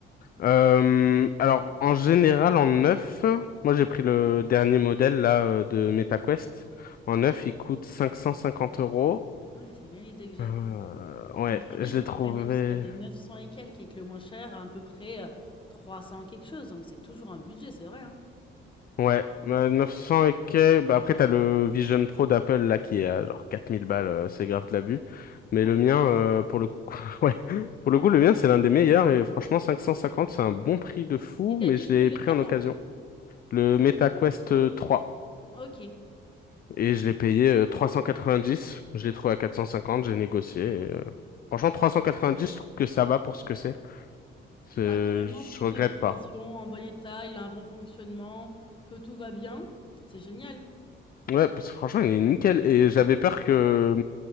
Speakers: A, on the left (about 50°); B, on the left (about 25°).
A: Euh, alors en général en neuf, moi j'ai pris le dernier modèle là euh, de MetaQuest. En neuf, il coûte 550 euros.
B: Ouais, c'est bien l'idée que j'avais.
A: Euh,
B: hein.
A: ouais,
B: Il me semblait
A: je
B: que ça
A: l'ai trouvé.
B: pouvait aller jusqu'à des 900 et quelques et que le moins cher à à peu près euh, 300 quelque chose. Donc c'est toujours un budget, c'est vrai. hein.
A: Ouais, euh, 900 et quelques. Bah après, t'as le Vision Pro d'Apple là qui est à genre 4000 balles, euh, c'est grave de l'abus. Mais
B: Ah
A: le
B: oui,
A: mien, euh, pour le coup, <laughs> ouais, pour le coup, le mien, c'est l'un des meilleurs et franchement, 550, c'est un bon prix de fou,
B: Et t'as
A: mais
B: dit
A: je
B: c'était
A: l'ai
B: lequel?
A: pris en occasion. Le Meta Quest euh, 3
B: Ok.
A: et je l'ai payé euh, 390. Je l'ai trouvé à 450, j'ai négocié. et, euh, Franchement, 390, je trouve que ça va pour ce que c'est. C'est-
B: Bah carrément,
A: Je
B: sous ses
A: regrette
B: occasions,
A: pas.
B: en bon état, il a un bon fonctionnement, que tout va bien. C'est génial.
A: Ouais, parce que franchement, il est nickel et j'avais peur que